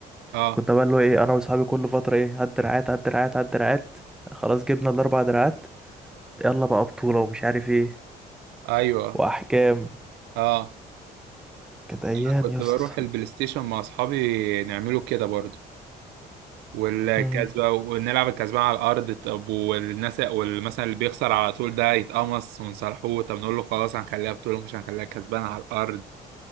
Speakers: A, on the right; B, in the centre.
A: اه
B: كنا بقى اللي هو ايه انا واصحابي كل فترة ايه هات دراعات هات دراعات هات دراعات خلاص جبنا الاربع دراعات يلا بقى بطولة ومش عارف ايه
A: ايوه
B: واحكام
A: اه
B: كانت ايام
A: انا كنت
B: يا اسطى
A: بروح البلاي ستيشن مع اصحابي نعمله كده برضو والكسبة
B: مم.
A: ونلعب الكسبان على الأرض طب والناس والمثلا اللي بيخسر على طول ده يتقمص ونصالحوه طب نقول له خلاص هنخليها بطولة مش هنخليها كسبان على الأرض